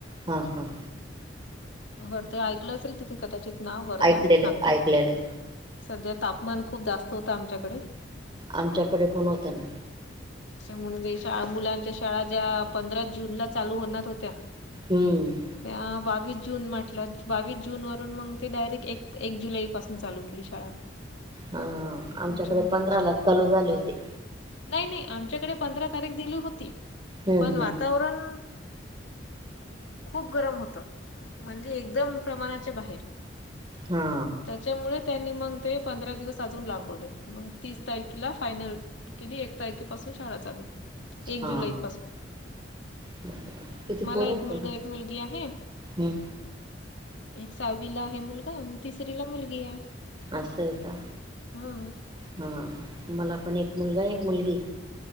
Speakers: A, on the right (about 25°); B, on the left (about 75°).
A: हा हा.
B: वर्धे ऐकलं असेल तुम्ही कदाचित नाव वर्धा
A: ऐकलेलं
B: नागपूर
A: आहे ऐकलेलं आहे
B: सध्या तापमान खूप जास्त होतं आमच्याकडे.
A: आमच्याकडे पण होत ना.
B: म्हणून मुलांच्या शाळा ज्या पंधरा जून ला चालू होणार होत्या
A: हम्म.
B: त्या बावीस जून म्हटलं बावीस जून वरून मग ते डायरेक्ट एक एक जुलै पासून चालू केली शाळा.
A: हा. आमच्याकडे
B: आमच्या मुलांची
A: पंधरा लाच चालू झाले होते.
B: नाही नाही. आमच्याकडे पंधरा तारीख दिली होती,
A: हम्म
B: पण वातावरण
A: हम्म
B: खूप गरम होत, म्हणजे एकदम प्रमाणाच्या बाहेर.
A: हा
B: त्याच्यामुळे त्यांनी मग ते पंधरा दिवस अजून लांबवले. मग तीस तारखेला फायनल किती एक तारखे पाासून शाळा चालू. एक
A: हा
B: जुलै पासून
A: बरोबर किती
B: मला
A: पोरं आहेत
B: एक मुलगा
A: का?
B: एक मुलगी आहे.
A: हं.
B: एक साहावीला आहे मुलगा आणि तिसरी ला मुलगी आहे.
A: असं आहे का.
B: हा
A: हा मला पण एक मुलगा एक मुलगी.